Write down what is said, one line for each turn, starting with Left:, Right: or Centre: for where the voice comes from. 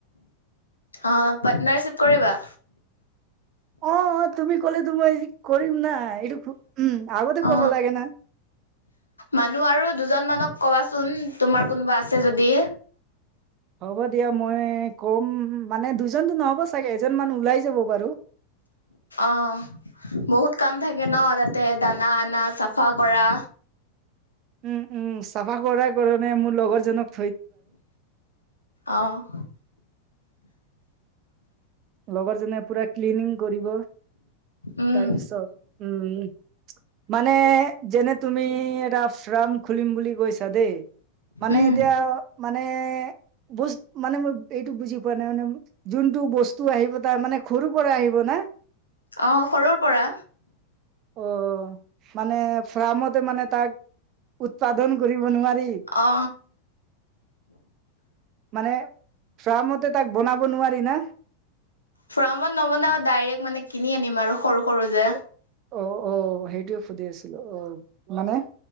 Left: অ', পাৰ্টনাৰচিভ কৰিবা?
Right: অ' অ', তুমি ক'লেটো মই কৰিম না, এইটো উম, আগতে
Left: অ
Right: ক'ব লাগে না।
Left: মানুহ আৰু দুজন মানক ক'বাচোন তোমাৰ কোনোবা আছে যদি।
Right: হ'ব দিয়া মই কম, মানে দুজনতো নহ'ব চাগে এজন মান ওলাই যাব বাৰু।
Left: অ', বহুত কাম থাকে ন, তাত তে দানা আনা, চাফা কৰা
Right: উম উম, চাফা কৰাৰ কাৰণে মোৰ লগৰ জনক
Left: অ'।
Right: লগৰজনে পুৰা ক্লিনিং কৰিব।
Left: উম
Right: তাৰ পিছত, উম, মানে যেনে তুমি এটা শ্ৰাম খুলিম বুলি কৈছা দেই, মানে
Left: উম
Right: এতিয়া মানে মানে, বুজ, মানে মই এইটো বুজি পোৱা নাই মানে যোনটো বস্ তো আহিব তাৰ মানে সৰুৰ পৰা আহিব না?
Left: অ', সৰুৰ পৰা।
Right: অ মানে ফ্ৰামত মানে তাক উৎপাদন কৰিব নোৱাৰি।
Left: অ
Right: মানে ফ্ৰমতে তাক বনাব নোৱাৰি না।
Left: ফ্ৰাৰ্মত নবনাও ডাইৰেক মানে কিনি আনিম আৰু সৰু-সৰু যে।
Right: অ অ অ, সেইটোয়ে সুদি আছিলো অ, মানে